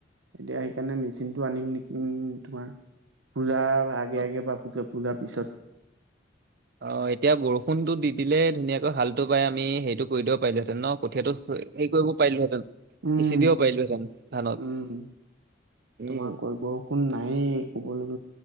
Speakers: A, on the right; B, on the right.
A: এতিয়া সেইকাৰণে মেচিন টো আনিম নেকি তোমাৰ পূজা আগে
B: অ',
A: আগে বা পিছত। পূজাৰ পিছত।
B: অ এতিয়া বৰষুণতো দি দিলে ধুনীয়াকৈ হালটো পাই আমি সেইটো কৰি দিব পাৰিলোহেঁতেন ন কঠিয়াতটো। হেৰি কৰিব পাৰিলোহেঁতেন
A: উম
B: সিঁচি দিব পাৰিলোহেতেন ধানত।
A: উম
B: উম,
A: তোমাৰ ক বৰষুণ নাই কবলৈ।